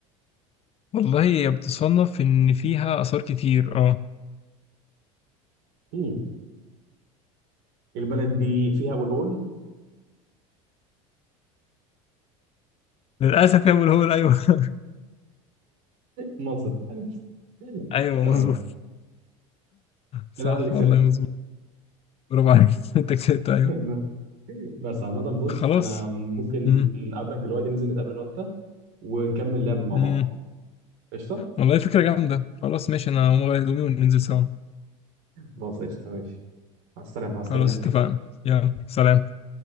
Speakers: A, on the left; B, on the right.
A: والله هي بتصنف ان فيها اثار كتير اه
B: مم. البلد دي فيها أبو الهول
A: للاسف يا ابو الهول ايوه <laughs>
B: مصر <laughs>
A: ايوه
B: تمام
A: مظبوط
B: كده
A: صح
B: أنا اللي كسبت
A: والله مظبوط برافو عليك <laughs> انت كسبت ايوه
B: <laughs> بس عامة بص
A: خلاص
B: أنا ممكن
A: مم.
B: نقابلك دلوقتي ننزل نتقابل أنا وأنت ونكمل لعب مع
A: مم.
B: بعض قشطة؟
A: والله فكره جامده خلاص ماشي انا هقوم اغير هدومي وننزل سوا
B: خلاص قشطة ماشي مع السلامة هستناك
A: خلاص اتفقنا يلا سلام